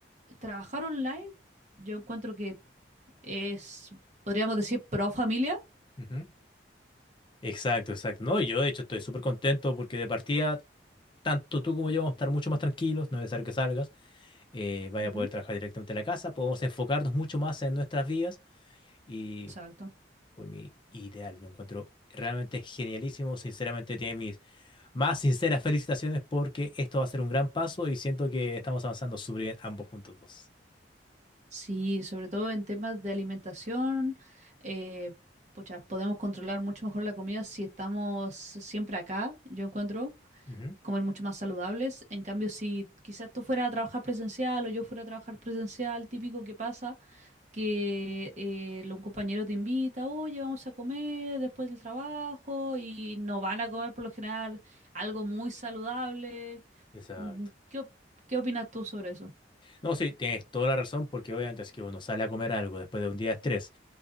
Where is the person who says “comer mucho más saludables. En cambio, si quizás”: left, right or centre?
Right